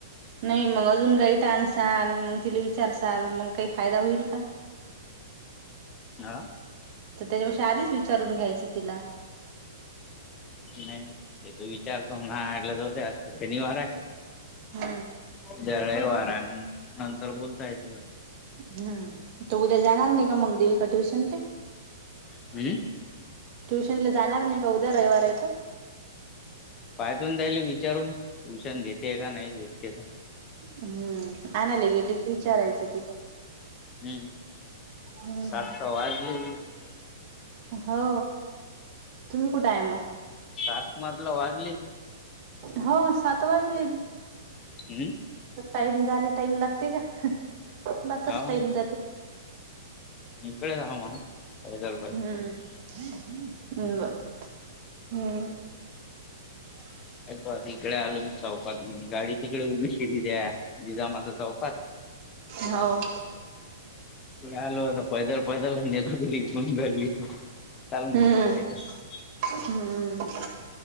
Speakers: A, on the right; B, on the left.
A: नाही मग अजून काही टाानसाल मग तिला विचारसाल मग काही फायदा होईल का?
B: हा
A: तर त्याच्यापेक्षा आधीच विचारून घ्यायचं तिला.
B: नाही ते तो विचारतो नाले जोते <unintelligible> आज शनिवार आहे.
A: हम्म
B: जरा वारा आहे मग नंतर बोलता येत
A: हम् तो उद्या जाणार नाही का मग देवीका ट्युशनले?
B: हम्
A: ट्युशन ला जाणार नाही का उद्या रविवार का?
B: पायदून जायले विचारून ट्युशन घेते का नाही घेते तर
A: हम्म आणायला गेले की विचारायचं
B: हम?
A: तिला
B: हम्म
A: हम्म
B: सात तर वाजले
A: हो तुम्ही कुठं आहे मग?
B: सात मजला वाजली
A: हो सात वाजली
B: हम्
A: टाइम झाले टाईम लागते का म तस
B: हो
A: टाईम जाते
B: इकडेच हा म्हणा पैदल
A: हम्मम्
B: पैदल
A: बर हम्म <inaudible>
B: तो आधी इकडे आलो मी चौकात म गाडी तिकडे उभी केलेली आहे जीजीमाता चौकात
A: हो
B: आलू आता पैदल पैदलाेत तरीून घली चाल म्हणत
A: हम्म
B: पैदा <unintelligible>
A: हम्म